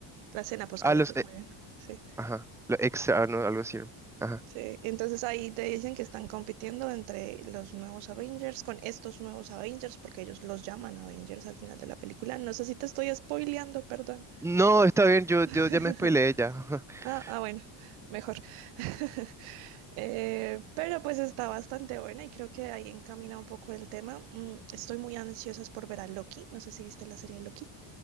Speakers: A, on the right; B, in the centre.
A: la escena post
B: ah,
A: créditos,
B: los... eh,
A: muy bien, sí.
B: ajá, los extra, ah, no, algo así. Ajá.
A: Sí, entonces ahí te dicen que están compitiendo entre los nuevos Avengers con estos nuevos Avengers, porque ellos los llaman Avengers al final de la película. No sé si te estoy spoileando, perdón.
B: No, está bien, yo,
A: <laughs>
B: yo ya me spoileé ya. <laughs>
A: Ah, ah, bueno, mejor. <laughs> Eh, pero pues está bastante buena y creo que ahí encamina un poco el tema. Mm, estoy muy ansiosa por ver a Loki. No sé si viste la serie de Loki.